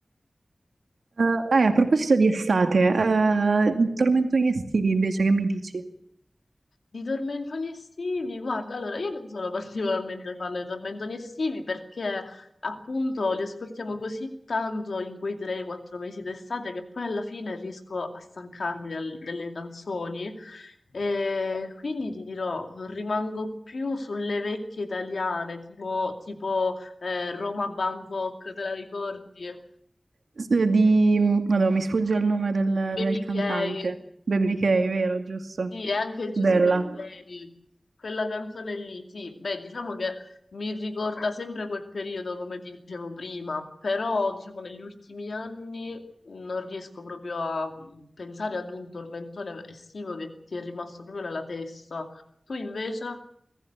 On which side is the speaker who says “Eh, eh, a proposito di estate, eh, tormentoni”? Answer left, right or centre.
Right